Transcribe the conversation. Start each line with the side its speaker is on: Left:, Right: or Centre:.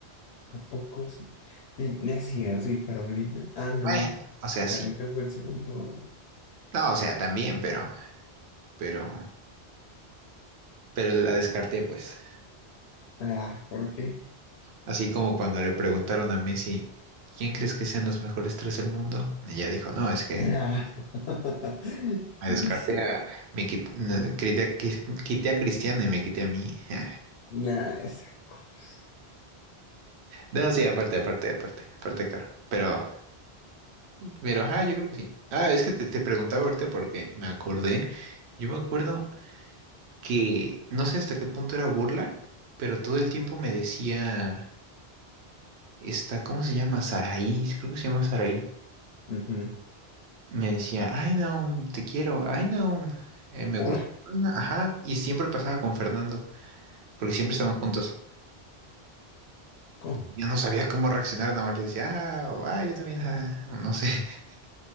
Left: ¿A poco sí? Ni- No es cierto, ¿y Carolina? Ah, no.
Right: Bueno, o sea,
Left: Carolina
Right: sí.
Left: fue el segundo.
Right: No, o sea, también, pero, pero, pero la descarté, pues.
Left: Ah, ¿por qué?
Right: Así como cuando le preguntaron a Messi, ¿quién crees que sean los mejores tres del mundo? Y ella dijo, no, es que
Left: Ah, <laughs>
Right: me descarté
Left: sí.
Right: a, me quit- no, quité, a Cris- quité a Cristiano y me quité a mí. <laughs>
Left: Nah, esa cosa.
Right: No, sí, aparte, aparte, aparte, aparte, claro. Pero Pero, ajá, yo creo que sí. Ah, es que te, te preguntaba ahorita porque me acordé. Yo me acuerdo que no sé hasta qué punto era burla, pero todo el tiempo me decía, está, ¿cómo se llama? Saraí, creo que se llama Saraí.
Left: Ujú.
Right: Me decía, ay, no, te quiero, ay, no, eh, me
Left: Ora,
Right: gusta. ay, Naum". Ajá, y siempre pasaba con Fernando, porque siempre estaban juntos.
Left: ¿cómo?
Right: Yo no sabía cómo reaccionar, nada más le decía, ah, o, "Ah, yo también, ah", o no sé. <laughs>